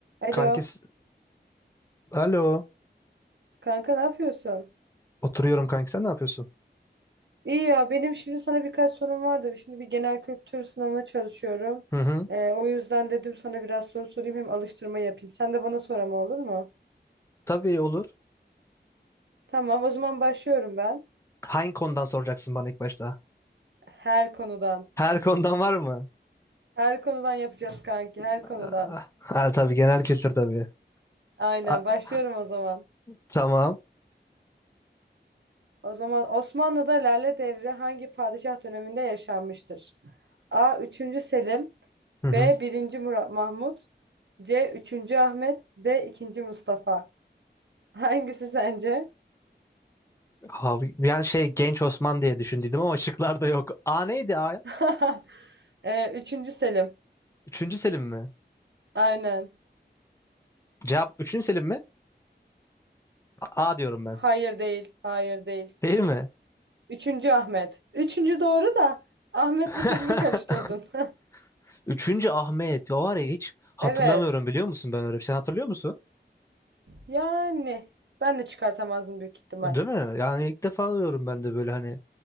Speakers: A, on the right; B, on the left.
A: Alo,
B: Kanki, s- alo.
A: kanka ne yapıyorsun?
B: Oturuyorum kanki sen ne yapıyorsun?
A: İyi ya, benim şimdi sana birkaç sorum vardı. Şimdi bir genel kültür sınavına çalışıyorum.
B: Hı hı.
A: Ee, o yüzden dedim sana biraz soru sorayım hem alıştırma yapayım. Sen de bana sor ama olur mu?
B: Tabii olur.
A: Tamam, o zaman başlıyorum ben.
B: Hangi konudan soracaksın bana ilk başta?
A: Her konudan.
B: Her konudan var mı?
A: Her konudan yapacağız kanki, her konudan.
B: Ah, Ha, tabii genel kültür tabii.
A: Aynen,
B: A-
A: başlıyorum o zaman.
B: tamam.
A: O zaman Osmanlı'da Lale Devri hangi padişah döneminde yaşanmıştır? A. 3. Selim
B: Hı hı.
A: B. 1. Murat Mahmut C. 3. Ahmet D. 2. Mustafa Hangisi sence?
B: Abi, yani şey Genç Osman diye düşündüydüm ama şıklarda yok. A neydi A?
A: <laughs> e, 3. Selim.
B: Üçüncü Selim mi?
A: Aynen.
B: Cevap üçüncü Selim mi? A, A diyorum ben.
A: Hayır değil. Hayır değil.
B: Değil mi?
A: 3. Ahmet. 3. doğru da Ahmet'le
B: <laughs>
A: Selim'i karıştırdın. <laughs>
B: Üçüncü Ahmet. O var ya hiç hatırlamıyorum
A: Evet.
B: biliyor musun ben öyle bir şey. Sen hatırlıyor musun?
A: Yani ben de çıkartamazdım büyük ihtimal.
B: Değil mi? Yani ilk defa diyorum ben de böyle hani.